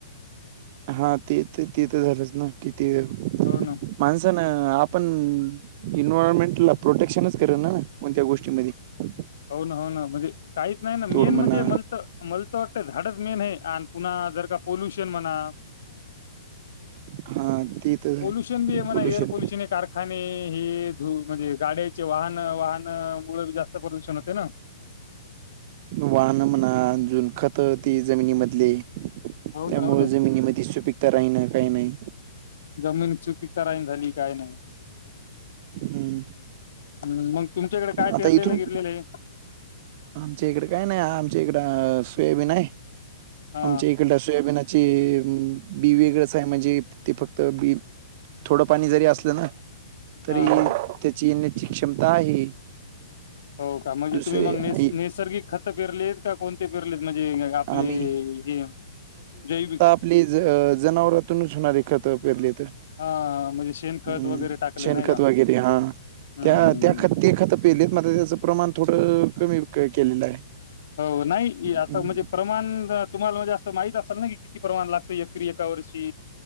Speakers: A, on the right (about 45°); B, on the left (about 70°).
A: हां ते तरं ती तरं झालंच नां किती वेळ
B: हो नां
A: माणसानं आपणं एन्वयरमेंटला प्रोटेक्शनच करे नां नं कोणत्यां गोष्टींमध्यें
B: हो नां हो नां म्हणजे कांहींचं नाहीं नां मेनं
A: म्हणा
B: म्हणजे मले तरं मलां तरं वाटतं झाडं चं मेन आहे आणि पुंन्हा जरं कां पोल्युशन म्हणां
A: हा ते तर
B: पोल्युशन हे मनां
A: पोल्युशन
B: एअर पल्युशन हे कारं आणि हे धूंळ म्हणजे गाड्यांचे वाहनं वाहनं मूळे जास्तं प्रद्यूषण होते नां.
A: वाहनं म्हणां अजूंन खंत ती जमिनी मधली त्यांमुळे
B: हो ना हो ना
A: जमिनी मध्ये सुपिकतां राहिणं कांहीं नाहीं
B: जमीन चुकी करांईम झालीं कायं नाहीं
A: हम्म
B: हम्मं मंग तुमच्यांकडे कायं
A: आता
B: पेरलेलं
A: इथून
B: गिरलेलं आहे
A: आमच्या इकडे कांहीं नाहीं आमच्या इकडं सोयबी आहे
B: हा
A: आमच्या इकडे डस्याबिनांची बी वेगळंच आहे म्हणजे ते फक्तं बी थोडं पाणी जरी असलं नां तरी
B: हा
A: त्यांची
B: हा
A: येण्यांची क्षमतां आहे.
B: हो कां म्हणजे
A: दुसरे
B: तुम्हीं मंग
A: आई
B: नं नैसर्गिक खतं पेरलेत कां कोणते पेरलेत म्हणजे आपले
A: आम्ही
B: हे जैविक
A: प्लीज जनावरांतूनचं होणारें खतं पेरली तरं
B: हा म्हणजे शेणखत
A: हम्मं
B: वगैरे टाकले
A: शेणखंत
B: नाही का
A: लां गेली हां
B: हम्म
A: त्यां
B: हम्म हम्म
A: त्यां खंत ते खतं पेलेत मं त्यांचं प्रमाणं थोडं कमी केलेलं आहे
B: हो नाहीं आंता
A: हम्म.
B: म्हणजे प्रमाणं तुम्हांला म्हणजे असं माहित असांल नां की किती प्रमाणं लागतं एक एकां वर्षी